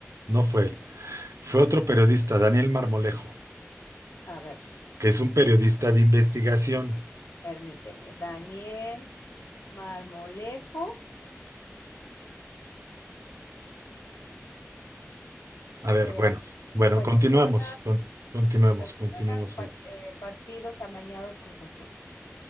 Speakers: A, on the right; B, on the left.
A: no fue él. Fue otro periodista, Daniel Marmolejo.
B: A ver,
A: que es un periodista de investigación.
B: permíteme. Daniel Marmolejo
A: A ver,
B: eh,
A: bueno, bueno,
B: cuestiona,
A: continuemos, con- continuemos,
B: cuestiona
A: continuemos
B: par-
A: ahí.
B: eh, partidos amañados Cruz Azul.